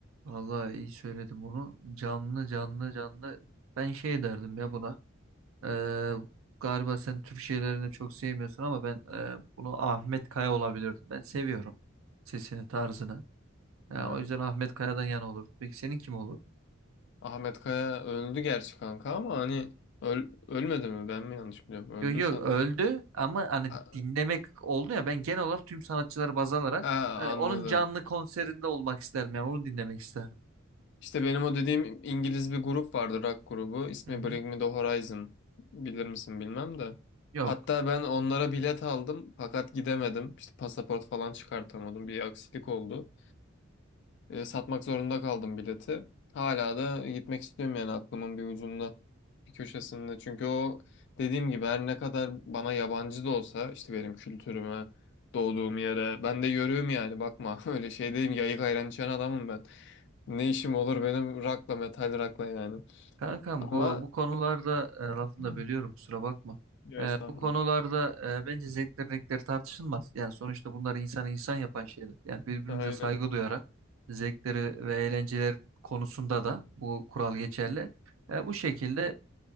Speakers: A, on the right; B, on the left.
A: vallahi iyi söyledim bunu. Canlı canlı canlı. Ben şey derdim ya buna. E, galiba sen Türk şeylerini çok sevmiyorsun ama ben e, bunu Ahmet Kaya olabilirdim. Ben seviyorum sesini, tarzını. Ya,
B: Ha.
A: o yüzden Ahmet Kaya'dan yana olurdu. Peki senin kim olurdu?
B: Ahmet Kaya öldü gerçi kanka ama hani öl ölmedi mi? Ben mi yanlış biliyorum? Öldü
A: Yok yok
B: sanırım.
A: öldü ama hani
B: Ha,
A: dinlemek oldu ya ben genel olarak tüm sanatçıları baz alarak
B: ha,
A: hani
B: anladım.
A: onun canlı konserinde olmak isterdim yani onu dinlemek isterdim.
B: İşte benim o dediğim İngiliz bir grup vardı, rock grubu. İsmi
A: Hı hı.
B: Bring Me The Horizon. Bilir misin bilmem de.
A: Yok
B: Hatta ben onlara bilet aldım fakat gidemedim. İşte pasaport falan çıkartamadım. Bir aksilik oldu. E, satmak zorunda kaldım bileti. Hala da gitmek istiyorum yani aklımın bir ucunda, bir köşesinde. Çünkü o dediğim gibi her ne kadar bana yabancı da olsa işte benim kültürüme, doğduğum yere ben de yörüğüm yani bakma <laughs> öyle şey değilim yayık ayran içen adamım ben. Ne işim olur benim rakla metal rakla yani.
A: Kankam
B: Ama
A: bu bu konularda e, lafını
B: Hı.
A: da bölüyorum kusura bakma.
B: Yo,
A: E,
B: estağfurullah.
A: bu konularda e, bence zevkler renkler tartışılmaz. Yani sonuçta bunlar insanı insan yapan şeyler. Yani birbirimize
B: Aynen.
A: saygı duyarak zevkleri ve eğlenceler konusunda da bu kural geçerli. E, bu şekilde